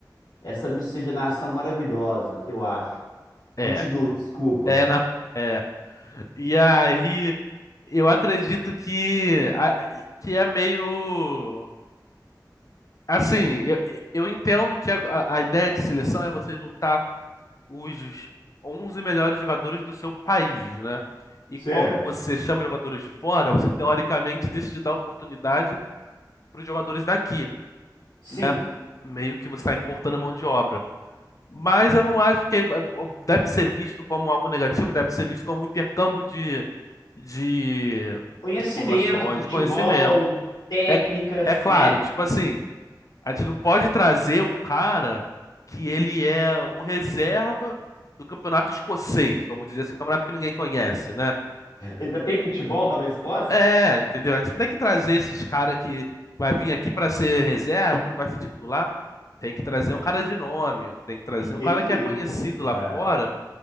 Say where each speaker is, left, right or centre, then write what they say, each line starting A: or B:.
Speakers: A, on the left; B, on the left.
A: essa miscigenação maravilhosa que eu acho.
B: É,
A: Continue, desculpa.
B: é, não, é. E aí, eu acredito que, a- que é meio. Assim, eu, eu entendo que a, a a ideia de seleção é você juntar os 11 melhores jogadores do seu país, né? E
A: Certo.
B: quando você chama jogadores de fora, você teoricamente deixa de dar oportunidade para os jogadores daqui,
A: Sim.
B: né? Meio que você está importando mão de obra. Mas eu não acho que deve ser visto como algo negativo, deve ser visto como um intercâmbio de, de
A: Conhecimento,
B: informações,
A: futebol,
B: de conhecimento.
A: técnicas,
B: É, é claro,
A: né?
B: tipo assim, a gente não pode trazer um cara que ele é o reserva do campeonato escocês, vamos dizer assim, um campeonato que ninguém conhece, né?
A: Ainda tem futebol lá na Escócia?
B: É, entendeu? A gente não tem que trazer esses caras que vai vir aqui para ser reserva, que não vai ser titular. Tem que trazer um cara de nome, tem que trazer
A: Entendi.
B: um cara que é conhecido lá
A: É.
B: fora